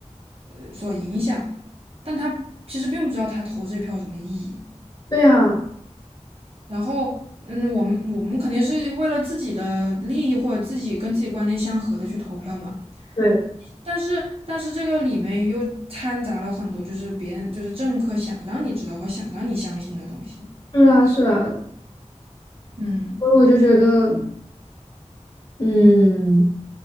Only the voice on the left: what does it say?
对啊。
对，
是啊，是啊，
所以我就觉得，嗯，